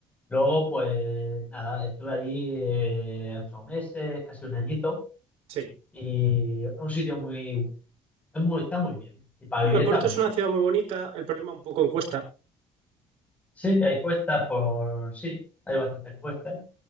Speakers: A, on the left (about 15°); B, on the right (about 85°).
A: Luego, pues nada, estuve allí eh, ocho meses, casi un añito,
B: Sí.
A: y es un sitio muy, es muy, está muy bien, y para
B: Hombre,
A: vivir
B: Oporto
A: está muy
B: es
A: bien.
B: una ciudad muy bonita, el problema un poco en cuesta,
A: Sí, hay cuestas por, sí, hay bastantes cuestas,